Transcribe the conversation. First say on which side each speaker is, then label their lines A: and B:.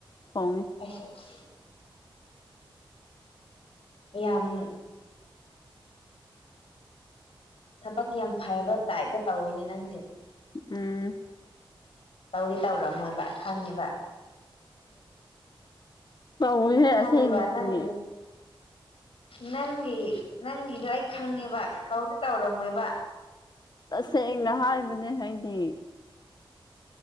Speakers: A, on the left (about 50°); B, on the left (about 85°).
A: ꯊꯣꯡꯉꯤ
B: ꯑꯩꯁ ꯌꯥꯝ ꯊꯕꯛ ꯌꯥꯝ ꯐꯕ ꯇꯥꯏꯞꯇ ꯇꯧꯋꯤꯅꯦ ꯅꯪꯁꯦ
A: ꯎꯝ
B: ꯇꯧꯗꯤ ꯇꯧꯔꯝꯃꯣꯏꯕ ꯈꯪꯉꯦꯕ
A: ꯇꯧꯏꯍꯦ
B: ꯈꯪꯉꯦꯕ
A: ꯑꯁꯦꯡꯕꯒꯤꯅꯤ
B: ꯅꯪ ꯅꯪꯒꯤ ꯅꯪꯒꯤꯗꯣ ꯑꯩ ꯈꯪꯉꯦꯕ ꯇꯧꯗꯤ ꯇꯧꯔꯝꯃꯣꯏꯕ
A: ꯇꯁꯦꯡꯅ ꯍꯥꯏꯕꯅꯦ ꯑꯩꯗꯤ